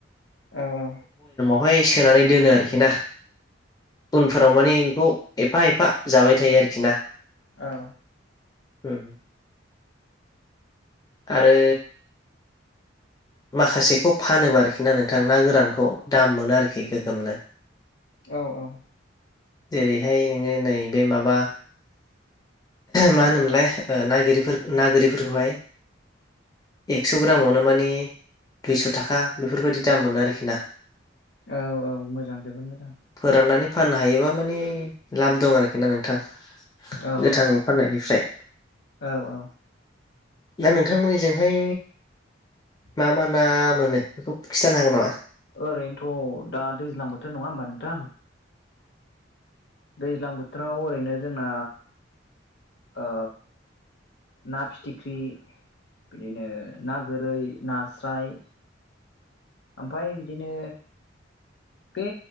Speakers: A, on the left; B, on the left.
A: औ औ
B: <unintelligible> सोनानै दोनो आरोखि ना उनफोराव माने बेखौ एफा एफा जाबाय थायो आरोखि ना?
A: औ
B: उम आरो माखासेखौ फानोबा आरोखि ना नोंथां ना गोरानखौ दाम मोनो आरोखि गोगोमनो
A: औ औ
B: जेरैहाय नोङो नैबे माबा मा होनोमोनलाय ओ ना गिरिफोर ना गोरिफोरखौहाय एक्स' ग्रामावनो मानि दुइस' थाखा बेफोरबायाददि दाम मोनो आरोखि ना
A: औ औ मोजां, जोबोद मोजां
B: फोराननानै फाननो हायोबा माने लाब दं आरोखि, ना नोंथां?
A: औ
B: गोथाङै फाननायनिफ्राय।
A: औ औ
B: दा नोंथां जोंहाय मा मा ना मोनो बेखौ खिन्थानो हागोन नामा?
A: ओरैनोथ' दा दैज्लां बोथोर नङा होमबा नोंथां? दैज्लां बोथोराव ओरैनो जोंना ओ ना फिथिख्रि, बिदिनो ना गोरै, नास्राइ ओमफाय बिदिनो बे